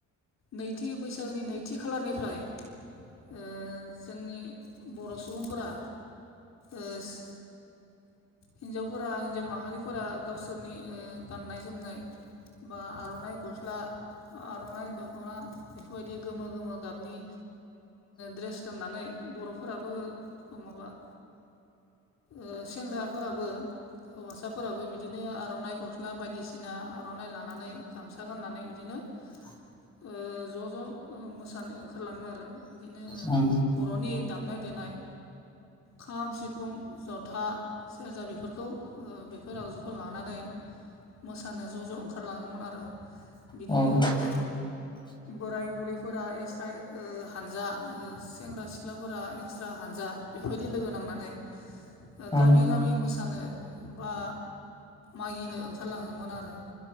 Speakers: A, on the left; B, on the left.
A: नैथि बैसागोनि नैथि खालारनिफ्राय ओ जोंनि बर' सुबुंफोरा ओस' हिन्जावफोरा हिन्जाव माहारिफोरा गावसोरनि ओ गाननाय जोमनाय बा आर'नाइ गस्ला आर'नाइ दख'ना बेफोरबायदि गोमो गोमो गाबनि ड्रेस गाननानै बर'फोराबो माबा ओ सेंग्राफोराबो हौवासाफोराबो बिदिनो आर'नाइ गस्ला बायदिसिना आर'नाइ लानानै गामसा गाननानै बिदिनो
B: <inaudible>
A: ओ ज' ज' मोसानो ओंखारलाङो आरो बिदिनो
B: उम
A: बर'नि दामनाय देनाय खाम सिफुं जथा सेरजा बेफोरखौ ओ बेफोर आगजुखौ लानानै मोसानो ज' ज' ओंखारलाङोमोन आरो बिदिनो
B: औ
A: ओ
B: <inaudible>
A: बोराय बुरैफोरा एक्सट्रा ओ हानजा ओ सेंग्रा सिख्लाफोरा एक्सट्रा हानजा बेबायदि लोगो नांनानै ओ
B: औ
A: गामि गामि मोसानो बा मागिनो ओंखारलाङोमोन आरो ओ